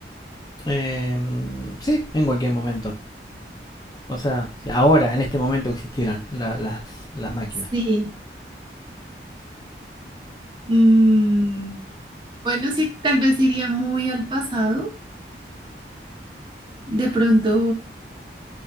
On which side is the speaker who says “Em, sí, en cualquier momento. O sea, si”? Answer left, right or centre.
Left